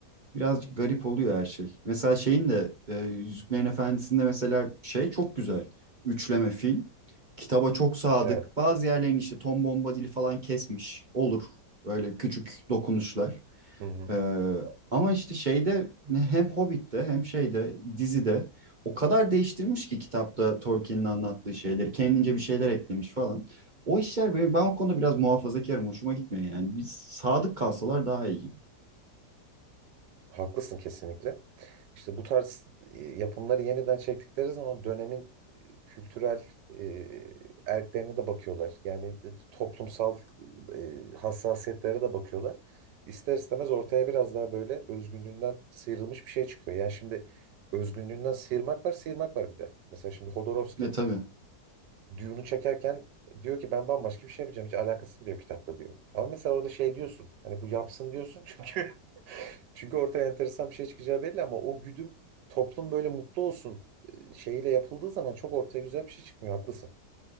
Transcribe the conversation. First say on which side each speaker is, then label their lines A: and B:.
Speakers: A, on the right; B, on the right.
A: birazcık garip oluyor her şey. Mesela şeyin de e, Yüzüklerin Efendisi'nde mesela şey çok güzel. Üçleme film. Kitaba çok sadık.
B: Evet.
A: Bazı yerlerini işte Tom Bombadil'i falan kesmiş. Olur. Böyle küçük dokunuşlar.
B: Hı hı.
A: Ee, ama işte şeyde ne- hem Hobbit'te hem şeyde dizide o kadar değiştirmiş ki kitapta Tolkien'in anlattığı şeyleri. Kendince bir şeyler eklemiş falan. O işler benim, ben o konuda biraz muhafazakarım. Hoşuma gitmiyor yani. Biz sadık kalsalar daha iyi gibi.
B: Haklısın kesinlikle. İşte bu tarz e, yapımları yeniden çektikleri zaman dönemin e, kültürel e, erklerine de bakıyorlar. Yani e, toplumsal e, hassasiyetlere de bakıyorlar. İster istemez ortaya biraz daha böyle özgünlüğünden sıyrılmış bir şey çıkıyor. Yani şimdi özgünlüğünden sıyırmak var, sıyırmak var bir de. Mesela şimdi Hodorowski
A: Ve tabii.
B: Dune'u çekerken diyor ki ben bambaşka bir şey yapacağım. Hiç alakası bile yok kitapta diyor. Ama mesela orada şey diyorsun. Hani bu yapsın diyorsun çünkü <laughs> Çünkü ortaya enteresan bir şey çıkacağı belli ama o güdüm toplum böyle mutlu olsun e, şeyiyle yapıldığı zaman çok ortaya güzel bir şey çıkmıyor. Haklısın.